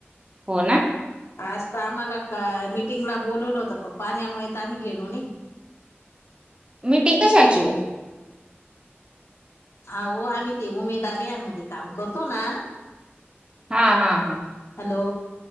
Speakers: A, on the right (about 25°); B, on the left (about 80°).
A: हो ना
B: आज तर आम्हाला का मीटिंगला बोलवलं होत प पाण्यामुळे तर आम्ही गेलो नाई.
A: मीटिंग कशाची ओ
B: आहो आम्ही ते उमेद बभियानमध्ये काम करतो ना
A: हा हा हा
B: हॅलो